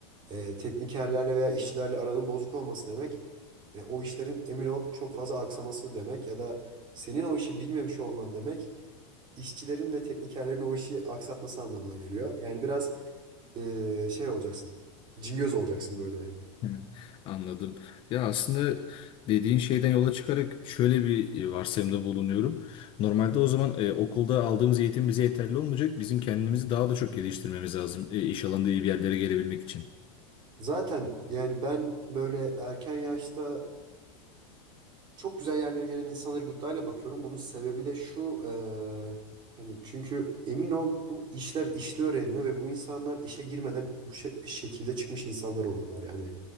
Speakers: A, on the right; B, on the left.
A: e, teknikerlerle veya işçilerle aranın bozuk olması demek, e, o işlerin emin ol çok fazla aksaması demek ya da senin o işi bilmemiş olman demek, işçilerin ve teknikerlerin o işi aksatması anlamına geliyor. Yani biraz e, şey olacaksın, cingöz olacaksın böyle.
B: Hı, Anladım. Ya aslında dediğin şeyden yola çıkarak şöyle bir e, varsayımda bulunuyorum. Normalde o zaman e, okulda aldığımız eğitim bize yeterli olmayacak. Bizim kendimizi daha da çok geliştirmemiz lazım e, iş alanında iyi bir yerlere gelebilmek için.
A: Zaten yani ben böyle erken yaşta Çok güzel yerlere gelen insanlara gıptayla bakıyorum. Bunun sebebi de şu. eee, hani çünkü emin ol bu işler işte öğreniliyor ve bu insanlar işe girmeden bu şe- şekilde çıkmış insanlar oluyorlar. Yani